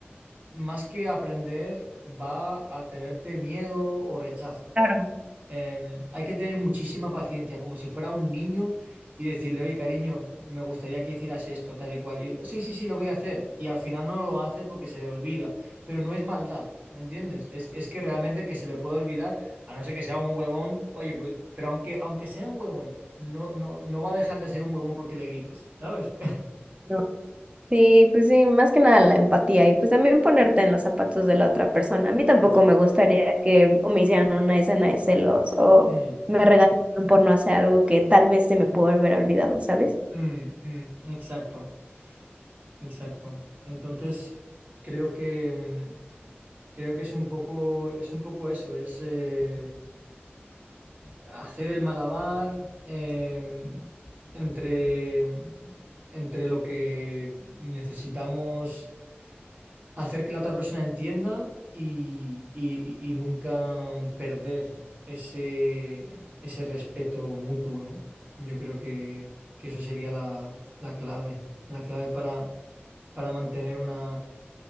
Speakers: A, on the right (about 45°); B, on the right (about 25°).
A: más que aprender, va a tenerte miedo o rechazo.
B: Claro,
A: Eh, hay que tener muchísima paciencia, como si fuera un niño y decirle, oye, cariño, me gustaría que hicieras esto, tal y cual. Y, sí, sí, sí, lo voy a hacer. Y al final no lo hace porque se le olvida, pero no es maldad, ¿me entiendes? Es, es que realmente que se le puede olvidar, a no ser que sea un huevón, oye, pues, pero aunque, aunque sea un huevón, no, no, no va a dejar de ser un huevón porque le grites, ¿sabes?
B: yo- Sí, pues sí, más que nada la empatía y pues también ponerte en los zapatos de la otra persona. A mí tampoco
A: <laughs>
B: me gustaría que o me hicieran una escena de celos o
A: Mm,
B: me regañaran por no hacer algo que tal vez se me pudo haber olvidado, ¿sabes?
A: mm, mm, exacto, exacto. Entonces, creo que... mm, Creo que es un poco, es un poco eso, es eh, hacer el malabar eh, entre, entre lo que necesitamos hacer que la otra persona entienda y, y- y- y nunca perder ese, ese respeto mutuo, ¿no? Yo creo que, que eso sería la, la clave, la clave para, para mantener una,